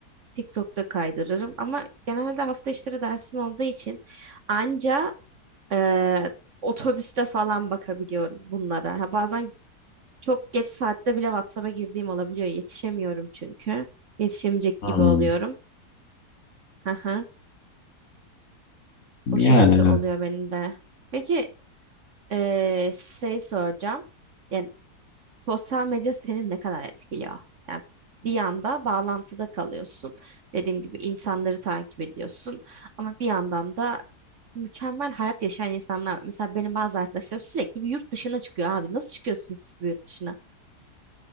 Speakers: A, on the right; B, on the left.
A: TikTok'ta kaydırırım. Ama genelde hafta içleri dersim olduğu için anca ee, otobüste falan bakabiliyorum bunlara. Ha, bazen çok geç saatte bile WhatsApp'a girdiğim olabiliyor. Yetişemiyorum çünkü. Yetişemeyecek
B: Hmm.
A: gibi oluyorum. Aha,
B: Yani
A: o şekilde oluyor
B: evet.
A: benim de. Peki ee, şey soracağım. Yani sosyal medya seni ne kadar etkiliyor? Yani bir yanda bağlantıda kalıyorsun. Dediğim gibi insanları takip ediyorsun. Ama bir yandan da mükemmel hayat yaşayan insanlar var. Mesela benim bazı arkadaşlarım sürekli bir yurt dışına çıkıyor abi. Nasıl çıkıyorsunuz siz bir yurt dışına?